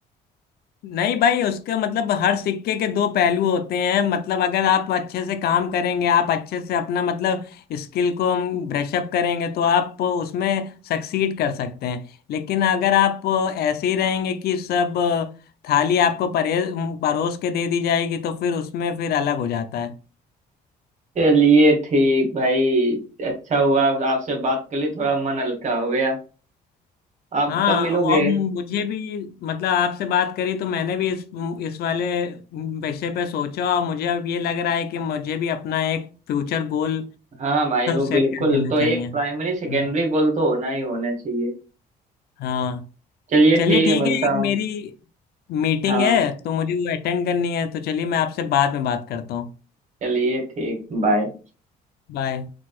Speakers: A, on the left; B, on the right.
A: नहीं भाई उसका मतलब हर सिक्के के दो पहलू होते हैं मतलब अगर आप अच्छे से काम करेंगे आप अच्छे से अपना मतलब स्किल को ब्रश अप करेंगे तो आप उसमें सक्सीड कर सकते हैं लेकिन अगर आप ऐसे ही रहेंगे कि सब थाली आपको परे परोस के दे दी जाएगी तो फिर उसमें फिर अलग हो जाता है
B: चलिए ठीक भाई अच्छा हुआ आपसे बात कर ली थोड़ा मन हल्का हो गया आप
A: हाँ
B: कब मिलोगे
A: और मुझे भी मतलब आपसे बात करी तो मैंने भी इस इस वाले विषय पे सोचा और मुझे अब ये लग रहा है कि मुझे भी अपना एक फ्यूचर गोल
B: हाँ भाई वो
A: सेट
B: बिल्कुल
A: कर लेना
B: तो
A: चाहिए
B: एक
A: हम्म,
B: प्राइमरी सेकेंडरी गोल तो होना ही होना चाहिए
A: हाँ
B: चलिए
A: चलिए
B: ठीक
A: ठीक
B: है मिलता
A: है एक
B: हूँ
A: मेरी मीटिंग
B: हाँ
A: है तो मुझे वो अटेंड करनी है तो चलिए मैं आपसे बाद में बात करता हूँ
B: चलिए ठीक बाय
A: बाय